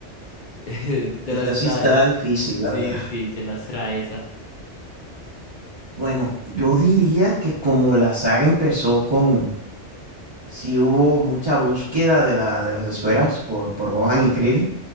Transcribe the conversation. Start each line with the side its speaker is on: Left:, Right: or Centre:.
Left: <laughs> Te
Right: esta
Left: las
Right: sí
Left: trae.
Right: está difícil, la
Left: Sí,
Right: verdad.
Left: sí, se las trae esa.
Right: Bueno, yo diría que como la saga empezó con, sí hubo mucha búsqueda de la, de las esferas por, por Gohan y Krillin,